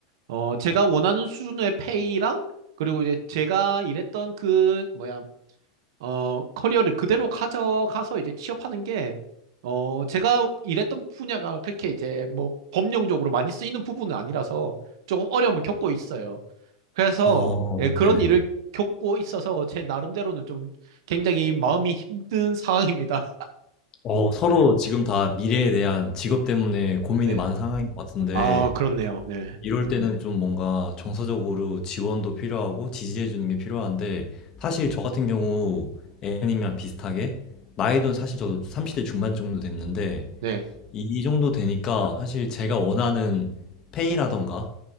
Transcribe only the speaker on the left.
어,
네네네.
어, 서로 지금 다 미래에 대한 직업 때문에
고민이
많은 상황인 것 같은데,
이럴 때는 좀 뭔가 정서적으로 지원도 필요하고 지지해주는 게 필요한데, 사실 저 같은 경우 애님이랑 비슷하게, 나이도 사실 저도 30대 중반 정도 됐는데,
이, 이 정도 되니까 사실 제가 원하는 페이라던가,